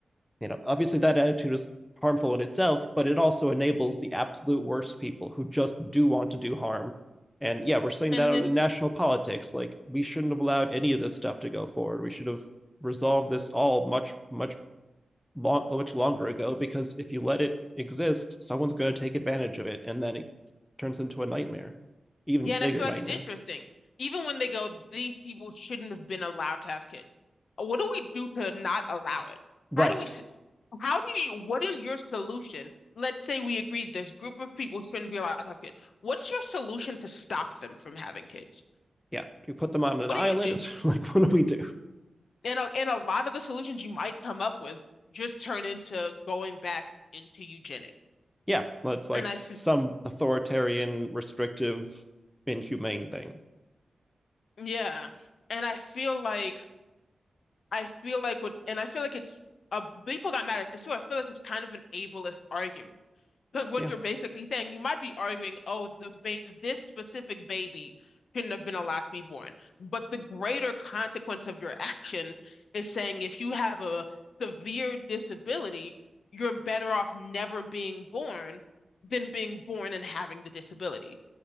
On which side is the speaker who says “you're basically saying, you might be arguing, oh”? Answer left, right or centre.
Left